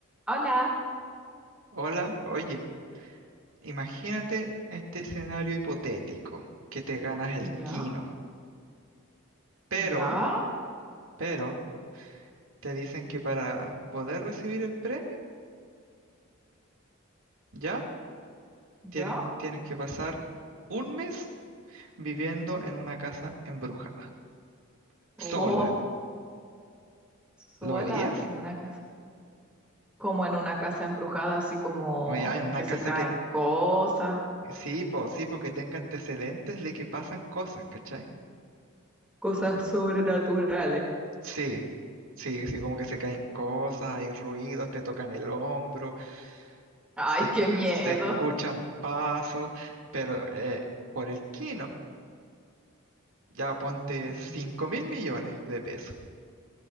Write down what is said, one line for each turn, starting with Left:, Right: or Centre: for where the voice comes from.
Centre: Hola,
Right: Hola, oye, imagínate este escenario hipotético, que te ganas el
Centre: ya,
Right: quino, pero,
Centre: ya,
Right: pero, te dicen que para poder recibir el premio, ya tienes,
Centre: ya.
Right: tienes que pasar un mes viviendo en una casa embrujada,
Centre: Oh,
Right: sola.
Centre: sola
Right: ¿Lo harías?
Centre: en una casa, como en una casa embrujada, así como
Right: O ya en una
Centre: que
Right: casa
Centre: se caen
Right: que,
Centre: cosas,
Right: sí, po, sí, porque tenga antecedentes de que pasan cosas, ¿cachai?
Centre: cosas sobrenaturales.
Right: Sí, sí, sí, como que se caen cosas, hay ruidos, te tocan el hombro.
Centre: Ay,
Right: se,
Centre: qué miedo.
Right: se escuchan pasos, pero eh, por el quino, ya ponte
Centre: Mm,
Right: cinco mil millones de pesos,